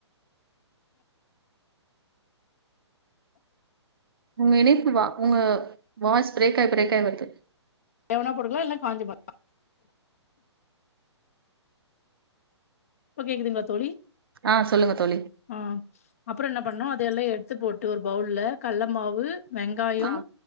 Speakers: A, on the right; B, on the left.
A: உங்க இணைப்பு வா உங்க வாஸ் பிரேகாய் பிரேகாய் வருது
B: தேவனா போட்டுக்கலா இல்லனா காஞ்ச மொளகா இப்ப கேக்குதுங்களா தோழி
A: ஆ சொல்லுங்க தோழி
B: ஆ அப்றோ என்ன ப பண்ணு அதெல்லா எடுத்து போட்டு ஒரு பவுல்ல கல்ல மாவு வெங்காயம்
A: ஆ